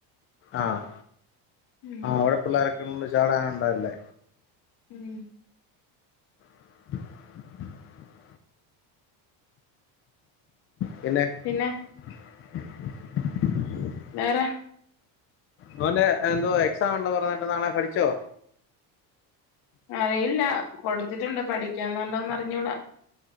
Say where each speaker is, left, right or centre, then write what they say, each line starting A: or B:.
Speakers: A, on the left; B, on the left.
A: ആഹ്
B: ഉം
A: അവ്ടെ പിള്ളോരൊക്കെ ഉണ്ട് ചാടാന് ഉണ്ടല്ലേ
B: ഉം
A: <inaudible> പിന്നെ
B: പിന്നെ
A: <inaudible>
B: വേറെ
A: മോന്റെ എന്തോ എക്സാം ഉണ്ടോ പറഞ്ഞിട്ട് നാളെ പഠിച്ചോ
B: അറിയില്ല കൊടുത്തിട്ടുണ്ട് പഠിക്ക്ന്ന്ണ്ടോന്ന് അറിഞ്ഞൂട